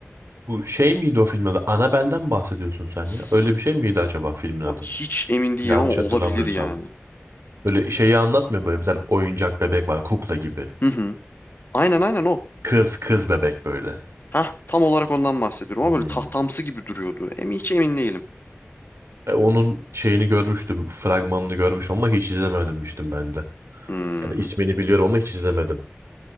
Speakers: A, on the right; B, on the left.
A: Bu şey miydi o filmin adı? Annabelle'den bahsediyorsun sen
B: S-
A: ya. Öyle bir şey miydi acaba filmin adı?
B: ha- Hiç emin değilim
A: Yanlış
B: ama olabilir
A: hatırlamıyorsam.
B: yani.
A: Öyle şeyi anlatmıyor böyle bir tane oyuncak bebek var kukla gibi.
B: Hı hı. Aynen aynen o.
A: Kız kız bebek böyle.
B: Hah tam olarak ondan bahsediyorum ama
A: Hmm.
B: böyle tahtamsı gibi duruyordu. Emin hiç emin değilim.
A: E, onun şeyini görmüştüm, fragmanını görmüştüm ama hiç izlememiştim ben de.
B: Hmm,
A: Yani ismini biliyorum ama hiç izlemedim.